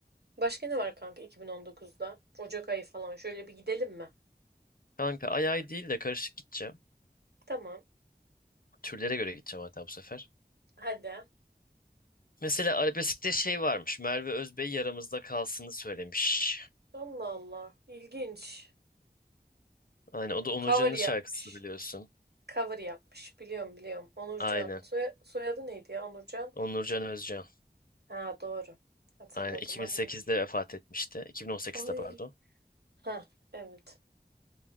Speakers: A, on the right; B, on the left.
A: Başka ne var kanka 2019'da? Ocak ayı falan şöyle bir gidelim mi?
B: Kanka ay ay değil de karışık gideceğim.
A: Tamam.
B: Türlere göre gideceğim hatta bu sefer.
A: Hadi.
B: Mesela arabeskte şey varmış. Merve Özbey yaramızda kalsını söylemiş.
A: Allah Allah. İlginç.
B: Aynen
A: Hmm,
B: o da Onurcan'ın
A: cover yapmış.
B: şarkısı biliyorsun.
A: Cover yapmış. Biliyorum biliyorum. Onurcan.
B: Aynen.
A: Soya- soyadı neydi ya Onurcan?
B: Onurcan Özcan.
A: Ha doğru. Hatırladım
B: Aynen 2008'de
A: aynen.
B: vefat etmişti. 2018'de
A: Ay.
B: pardon.
A: Ha evet.